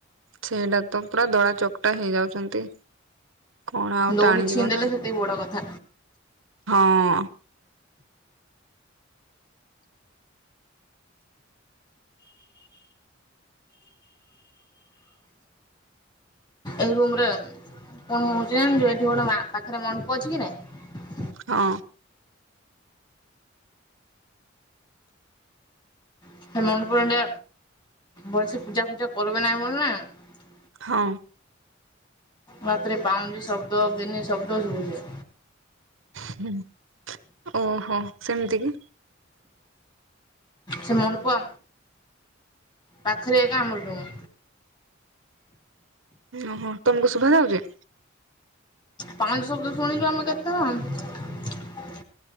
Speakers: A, on the right; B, on the left.
A: ସେଇଟା ତ ପୁରା ଦଳାଚକଟା ହେଇଯାଉଛନ୍ତି। କଣ ଆଉ
B: ଦୌଡି
A: ଟାଣିଯିବ
B: ଛିଣ୍ଡେଇଲେ
A: ନା?
B: ସେତିକି ବଡ କଥା
A: ହଁ।
B: ଏଇ ରୁମରେ କଣ ହଉଛି ଜାଣିଚୁ? ଏଠି ଗୋଟେ ମା ପାଖରେ ମଣ୍ଡପ ଅଛି କି ନାଇଁ?
A: ହଁ।
B: ସେ ମଣ୍ଡପ୍ ରେ ଏଇନେ ଭଲସେ ପୂଜା ଫୂଜା କରବେ ନାହିଁ ବୋଲି ନାଇ
A: ହଁ।
B: ରାତରେ ପାଉଁଜି ଶବ୍ଦ ଗିନି ଶବ୍ଦ ଶୁଭୁଛି।
A: ହୁଁ ଓହୋ ସେମିତି କି।
B: ସେ ମଣ୍ଡପ ପାଖରେ ଏକା ଆମର ରୁମ।
A: ଓହୋ ତମକୁ ଶୁଭାଯାଉଛି।
B: ପାଉଁଜି ଶବ୍ଦ ଶୁଣିଛୁ ଆମେ କେତେଥର।